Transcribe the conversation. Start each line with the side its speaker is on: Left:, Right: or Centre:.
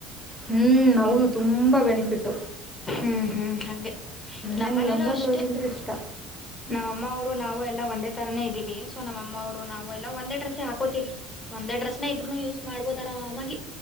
Centre: ಹ್ಮ್ ನೌದು ತುಂಬಾ ಬೆನಿಫಿಟ್.
Left: ಹ್ಮ್ ಹ್ಮ್ ಹಂಗೆ ನಮ್ಮನೇಲ್ಲೂ
Centre: ನಂಗೆ ಲಂಗ
Left: ಅಷ್ಟೆ.
Centre: ಬ್ಲೌಸ್ ಅಂದರೆ ಇಷ್ಟ
Left: ನಮ್ಮ ಅಮ್ಮ ಅವರು ನಾವು ಎಲ್ಲಾ ಒಂದೇ ತರಾನೇ ಇದೀವಿ ಸೊ ನಮ್ಮಮ್ಮ ಅವರು ನಾವು ಎಲ್ಲಾ ಒಂದೇ ಡ್ರೆಸ್ಸ ಹಾಕೋತೀವಿ. ಒಂದೇ ಡ್ರಸ್ನ ಇಬ್ರುೂ ಯೂಸ್ ಮಾಡ್ಬೋದು ಆರಾಮಾಗಿ.